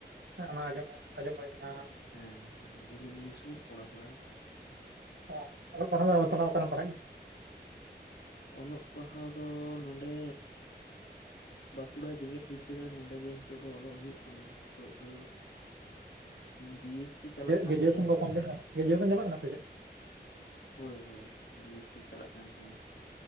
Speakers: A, on the right; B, on the left.
A: ᱦᱮᱸ ᱚᱱᱟ ᱟᱸᱡᱚᱢ ᱟᱸᱡᱚᱢ ᱦᱩᱭ ᱠᱟᱱᱟ
B: ᱦᱮᱸ ᱡᱷᱤᱞᱤᱢᱤᱞᱤ ᱥᱩᱨ ᱯᱚᱲᱟ ᱯᱟᱲᱟ
A: ᱦᱮᱸ ᱚᱞᱚᱜ ᱯᱟᱲ ᱦᱟᱜ ᱫᱚ ᱚᱠᱟ ᱨᱮᱢ ᱯᱟᱲ ᱦᱟᱜ ᱜᱮᱭᱟ
B: ᱚᱞᱚᱜ ᱯᱟᱲᱦᱟᱣ ᱫᱚ ᱱᱚᱰᱮ ᱵᱟᱸᱠᱩᱲᱟ ᱡᱮᱜᱮᱛ ᱵᱤᱨᱫᱟᱹᱜᱟᱲ ᱱᱚᱰᱮ ᱜᱮ ᱱᱤᱛᱚᱜ ᱫᱚ ᱚᱞᱚᱜ ᱦᱳᱭᱳᱜ ᱠᱟᱱᱟ ᱱᱤᱛᱚᱜ ᱫᱚ ᱵᱤ ᱮᱥ ᱥᱤ ᱪᱟᱞᱟᱜ ᱠᱟᱱ
A: ᱜᱤᱡᱩᱭᱮᱥᱮᱱ
B: ᱛᱤᱧᱟᱹ
A: ᱠᱚᱢᱯᱞᱤᱴ ᱠᱟᱱᱟ ᱜᱤᱡᱩᱭᱮᱥᱚᱱ ᱪᱟᱞᱟᱜ ᱠᱟᱱᱟ ᱥᱮ ᱪᱮᱫ
B: ᱦᱳᱭ ᱦᱳᱭ ᱵᱤ ᱮᱥ ᱥᱤ ᱪᱟᱞᱟᱜ ᱠᱟᱱ ᱛᱤᱧᱟᱹ